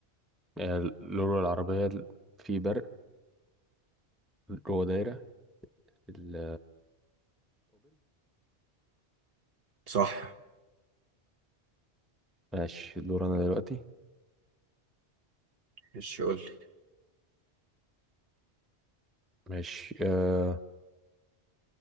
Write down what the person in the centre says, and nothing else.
آه لورا العربية في برق جوه دايرة الأوبل
ماشي دور أنا دلوقتي
ماشي آه